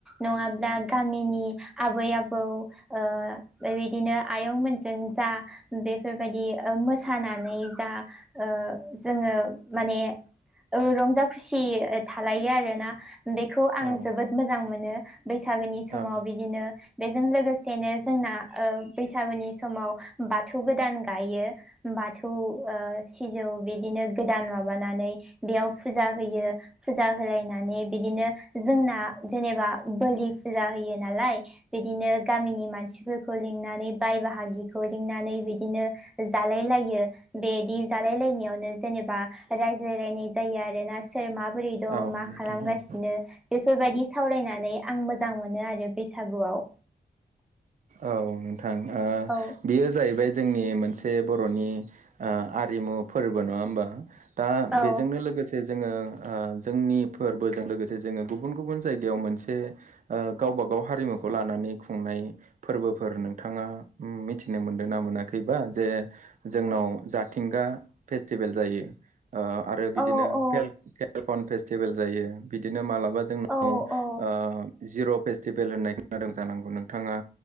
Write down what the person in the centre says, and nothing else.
नङाब्ला गामिनि आबै आबौ। ओ बेबायदिनो आयंमोनजों जा बेफोरबायदि ओं मोसानानै जा ओ जोङो माने ओ रंजा खुसि थालायो आरोना बेखौ आं
जोबोद मोजां मोनो। बैसागोनि समाव
बिदिनो बेजों लोगोसेनो जोंना ओ बैसागुनि समाव बाथौ गोदान गायो। बाथौ ओ। सिजौ बिदिनो गोदान माबानानै बेयाव फुजा होयो। फुजा होलायनानै बिदिनो जोंना जेनेबा बोलि फुजा होयो नालाय। बिदिनो गामिनि मानसिफोरखौ लिंनानै बाय बाहागिखौ लिंनानै बिदिनो। जालायलायो बेदि जालाय लायनायावनो जेनेबा रायज्लायलायनाय जायो आरोना सोर माबोरै दं
मा
खालामगासिनो
बेफोरबायदि सावरायनानै आं मोजां मोनो आरो बैसागुआव
औ
औ
औ औ
औ औ